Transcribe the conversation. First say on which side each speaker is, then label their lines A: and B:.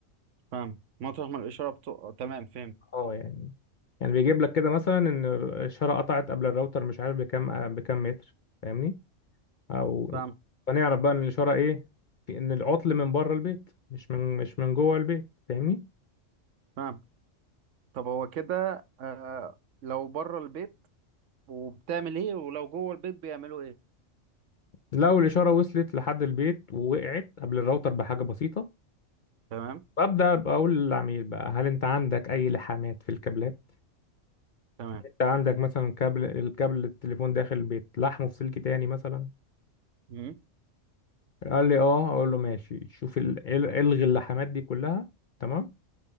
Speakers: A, on the right; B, on the left.
A: فاهم مطرح ما الاشاره بتقع تمام فهمت
B: اه يعني يعني بيجيب لك كده مثلا إن الإشارة قطعت قبل الراوتر مش عارف بكام بكام متر فاهمني؟ أو
A: فاهم
B: فنعرف بقى إن الإشارة إيه؟ في إن العطل من بره البيت مش من مش من جوه البيت فاهمني؟
A: فاهم طب هو كده آه لو بره البيت وبتعمل ايه ولو جوه البيت بيعملوا ايه
B: لو الإشارة وصلت لحد البيت ووقعت قبل الراوتر بحاجة بسيطة
A: تمام
B: ببدأ بقول للعميل بقى هل أنت عندك أي لحامات في الكابلات؟
A: تمام
B: أنت عندك مثلا كابل الكابل التليفون داخل البيت لحمه في سلك تاني مثلا
A: مم.
B: قال لي أه أقول له ماشي شوف ال- ال- إلغي اللحامات دي كلها تمام